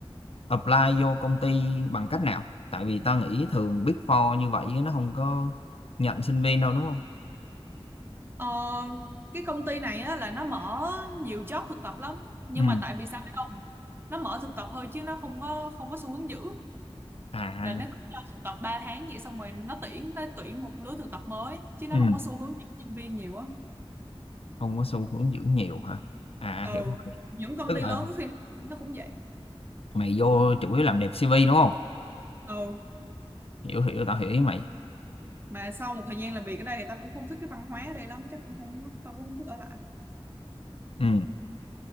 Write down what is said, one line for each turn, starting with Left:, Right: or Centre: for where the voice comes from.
Left: apply vô công ty bằng cách nào tại vì tao nghĩ thường Big Four như vậy nó không có nhận sinh viên đâu đúng không
Right: Ờ, cái công ty này á, là nó mở nhiều job thực tập lắm nhưng
Left: ừ
Right: mà tại vì sao biết không nó mở thực tập thôi chứ nó không có không có xu hướng giữ
Left: à
Right: là nó cứ cho thực tập 3 tháng vậy xong rồi nó tuyển nó tuyển một lứa thực tập mới chứ nó
Left: ừ
Right: không có xu hướng giữ nhân viên nhiều á
Left: không có xu hướng giữ nhiều hả à
Right: ừ
Left: hiểu rồi
Right: những công
Left: tức
Right: ty
Left: là
Right: lớn có khi nó, nó cũng vậy
Left: mày vô chủ yếu làm đẹp CV đúng không
Right: ừ
Left: hiểu hiểu tao hiểu ý mày
Right: mà sau một thời gian làm việc ở đây thì ta cũng không thích cái văn hóa ở đây lắm chắc cũng không tao cũng không thích ở lại
Left: ừ